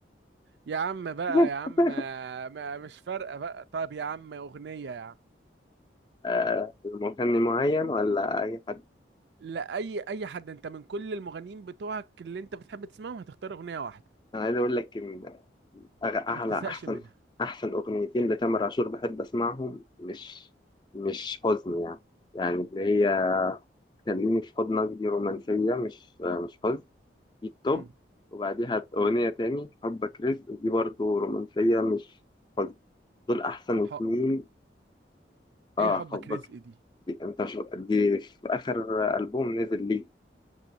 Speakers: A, on the right; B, on the left.
A: يا عم بقى
B: <laughs>
A: يا عم ما- مش فارقة بقى طب يا عم أغنية يا عم
B: آه مغني معين ولا اي حد
A: لا أي أي حد أنت من كل المغنيين بتوعك اللي أنت بتحب تسمعهم هتختار أغنية واحدة
B: انا عايز اقول لك ان أغ- أعلى
A: ما بتزهقش
B: أحسن
A: منها
B: أحسن أغنيتين لتامر عاشور بحب أسمعهم مش مش حزن يعني يعني اللي هي خليني في حضنك دي رومانسية مش مش حزن دي التوب
A: امم
B: وبعديها أغنية تاني حبك رزق دي برضو رومانسية مش حزن دول أحسن
A: حب
B: اتنين آه
A: إيه حبك
B: حبك
A: رزق دي
B: دي أنت شو دي في آخر ألبوم نزل ليه